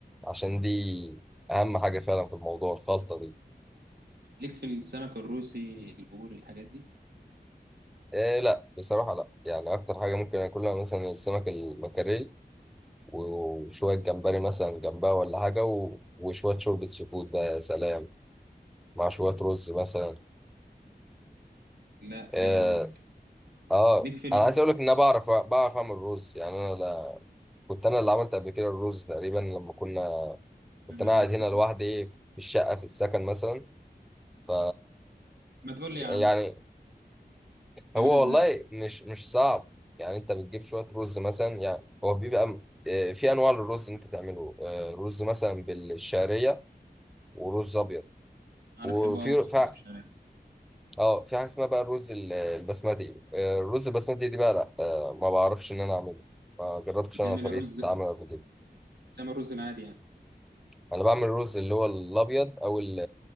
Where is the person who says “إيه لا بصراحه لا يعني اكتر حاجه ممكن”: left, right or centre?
Centre